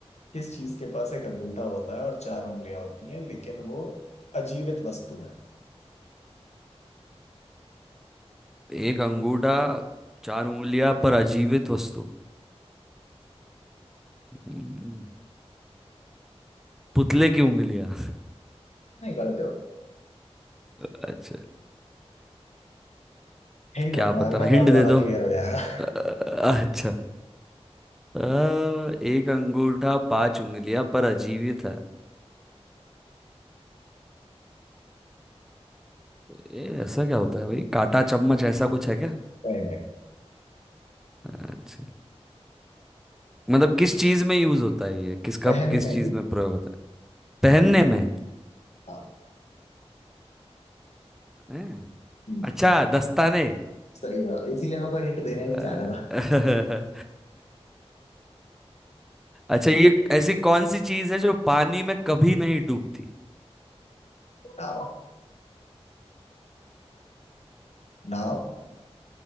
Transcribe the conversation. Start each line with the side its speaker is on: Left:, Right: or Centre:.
Left: किस चीज के पास एक अंगूठा होता है और चार उंगलियां होती हैं लेकिन वो अजीवित वस्तु है
Centre: एक अंगूठा चार उंगलियां पर अजीवित वस्तु हम्म, पुतले की उंगलियां
Left: नहीं गलत जवाब
Centre: <laughs> अच्छा
Left: हिंट
Centre: क्या
Left: मत मांगना
Centre: पता हिंट
Left: बहुत
Centre: दे
Left: ज्यादा
Centre: दो <laughs>
Left: क्लियर हो जाएगा
Centre: अ,
Left: <laughs>
Centre: अच्छा अ, एक अंगूठा पांच उंगलियां पर अजीवित है ये ऐसा क्या होता है भाई कांटा चम्मच ऐसा कुछ है क्या
Left: नहीं नहीं
Centre: अच्छा मतलब किस चीज में यूज होता है ये किसका
Left: पहनने
Centre: किस चीज
Left: की
Centre: में प्रयोग होता है पहनने में
Left: हाँ
Centre: हैं?
Left: हम्म,
Centre: अच्छा दस्ताने
Left: सही जवाब इसीलिए मैं कोई हिंट देना ही नहीं
Centre: अ,
Left: चाह रहा था
Centre: <laughs> अच्छा ये ऐसी कौन सी चीज है जो पानी में कभी नहीं डूबती
Left: नाव नाव